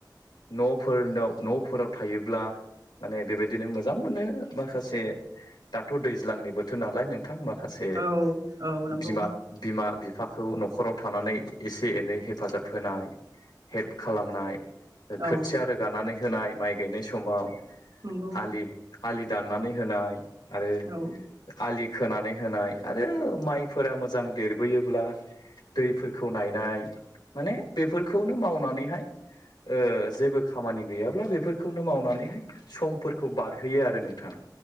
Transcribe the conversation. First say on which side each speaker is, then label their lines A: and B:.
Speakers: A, on the left (about 70°); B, on the right (about 60°).
A: न'फोरनाव न'फोराव थायोब्ला। माने बेबायदिनो मोजां मोनो माखासे दाथ' दैज्लांनि बोथोर नालाय। नोंथां माखासे
B: औ औ नंगौ
A: बिमा-बिमा बिफाखौ न'खराव थानानै एसे एनै हेफाजाब होनाय हेल्प खालामनाय।
B: औ
A: खोथिया रोगानानै होनाय माइ गायनाय समाव
B: नंगौ
A: आलि आलि दाननानै होनाय आरो
B: औ
A: आलि खोनानै होनाय आरो माइ फोर मोजां देरबोयोब्ला दैफोरखौ नायनाय माने बेफोरखौनो मावनानैहाय ओ जेबो खामानि गैयाब्ला बेफोरखौनो मावनानैहाय समफोरखौ बारहोयो आरो नोंथां